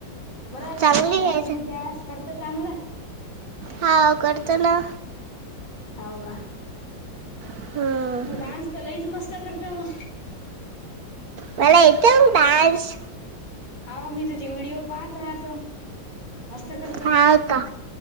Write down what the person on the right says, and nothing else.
चांगली
आहे
हाव कडतो ना.
हम्म.
मला येतो डांश.
हा का